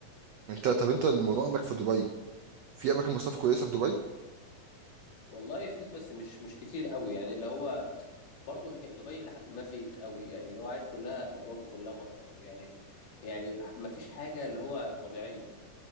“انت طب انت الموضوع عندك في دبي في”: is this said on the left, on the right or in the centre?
Right